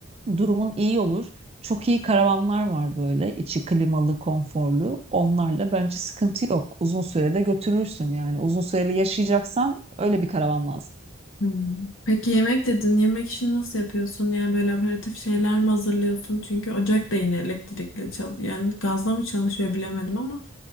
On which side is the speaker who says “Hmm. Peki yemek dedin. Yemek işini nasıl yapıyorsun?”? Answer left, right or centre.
Left